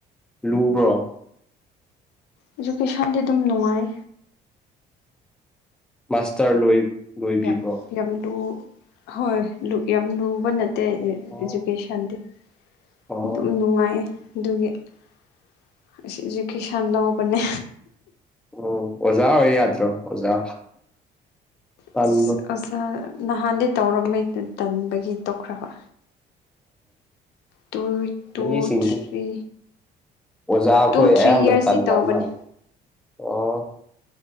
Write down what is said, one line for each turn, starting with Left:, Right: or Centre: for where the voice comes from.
Centre: ꯂꯨꯕ
Left: ꯑꯦꯖꯨꯀꯦꯁꯟꯗꯤ ꯑꯗꯨꯝ ꯅꯨꯡꯉꯥꯏ
Centre: ꯃꯥꯥꯁꯇꯔ ꯂꯣꯏ ꯂꯣꯏꯕꯤꯕ꯭ꯔꯣ
Left: ꯌꯥꯝ ꯌꯥꯝ ꯂꯨ ꯍꯣꯏ ꯌꯥꯝ ꯂꯨꯕ ꯅ
Centre: ꯑꯣ
Left: ꯏꯖꯨꯀꯦꯁꯟꯗꯤ
Centre: ꯑꯣ
Left: ꯑꯗꯨꯝ ꯅꯨꯡꯉꯥꯏꯌꯦ ꯑꯗꯨꯒꯤꯁ ꯏꯖꯨꯀꯦꯁꯟ ꯂꯧꯕꯅꯦ
Centre: ꯑꯣ ꯑꯣꯖꯥ ꯑꯣꯏ ꯌꯥꯗ꯭ꯔꯣ ꯑꯣꯖꯥ ꯇꯟꯕꯨ
Left: ꯑꯁ ꯑꯣꯖꯥ ꯅꯍꯥꯟꯗꯤ ꯇꯧꯔꯝ ꯇꯟꯕꯒꯤ ꯇꯣꯛꯈ꯭ꯔꯕ ꯇꯨ ꯇꯨ
Centre: ꯑꯁꯤꯡꯁ
Left: ꯊ꯭ꯔꯤ
Centre: ꯑꯣꯖꯥꯈꯣꯏ
Left: ꯇꯨ ꯊ꯭ꯔꯤ
Centre: ꯑꯌꯥꯝꯕ
Left: ꯌꯔꯁꯇꯤ
Centre: ꯇꯟꯅ
Left: ꯇꯧꯕꯅꯦ
Centre: ꯑꯃꯅꯤ ꯑꯣ